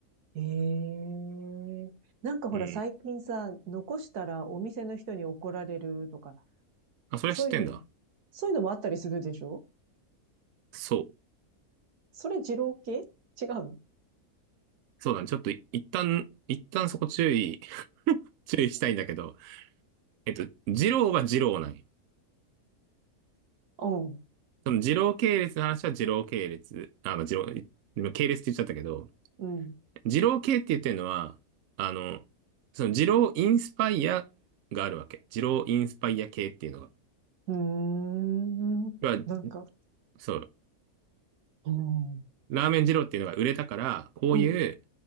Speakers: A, on the right; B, on the right.
A: ええなんかほら最近さ、
B: うん。
A: 残したらお店の人に怒られるとか、
B: あ、それは知ってんだ。
A: そういうの、そういうのもあったりするでしょ
B: そう。
A: それ二郎系違うの
B: そうだね。ちょっと、一旦、一旦そこ注意、<laughs> 注意したいんだけど、えっと、二郎は二郎なんよ。
A: <laughs>
B: その二郎系列の話は二郎系列。あ、まあ、二郎、今系列って言っちゃったけど、
A: うん、う
B: 二郎系って言ってるのは、あの、その二郎インスパイアがあるわけ。二郎インスパイア系っていうのが。
A: ん。うーん。
B: 要は、
A: なんか、
B: そう、
A: うん。
B: ラーメン二郎っていうのが売れたから、こういう
A: うん。